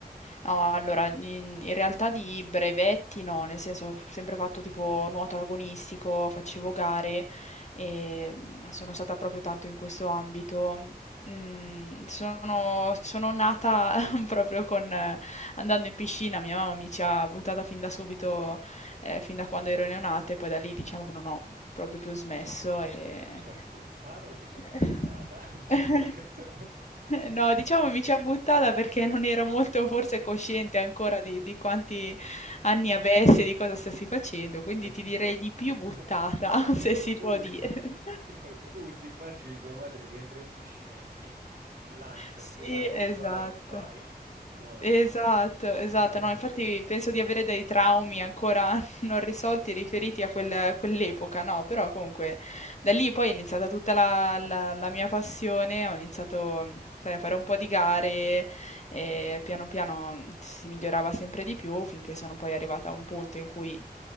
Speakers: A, on the left; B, on the right.
A: No, allora, in, in realtà di brevetti no, nel senso ho sempre fatto tipo nuoto agonistico, facevo gare e mm, sono stata proprio tanto in questo ambito. Mm, sono, sono nata <laughs> proprio con, eh, andando in piscina, mia mamma mi ci ha buttata fin da subito, eh, fin da quando ero neonata e poi da lì diciamo che non ho proprio più smesso e
B: Ha detto ti ci ha portata o ti ci ha
A: <laughs>
B: buttata? <laughs> Non ho capito.
A: No, diciamo mi ci ha buttata perché non ero molto forse cosciente ancora di di quanti anni avessi e di cosa stessi facendo, quindi
B: Ok.
A: ti direi di più buttata,
B: <laughs>
A: <laughs>
B: Che
A: se si
B: ho proprio
A: può
B: queste,
A: dire.
B: <laughs> sì, no, che ho proprio queste immagini di tua madre che entra in piscina e ti, ti lancia
A: Sì,
B: tipo sacco
A: esatto.
B: di palle e vai, <laughs> nuota.
A: Esatto, esatto.
B: <laughs>
A: No, infatti penso di avere dei traumi ancora <laughs> non risolti riferiti a quel- quell'epoca, no? Però comunque da lì poi è iniziata tutta la, la- la mia passione, ho iniziato, mhmm, sai, a fare un po' di gare e piano piano mhmm, si migliorava sempre di più finché sono poi arrivata a un punto in cui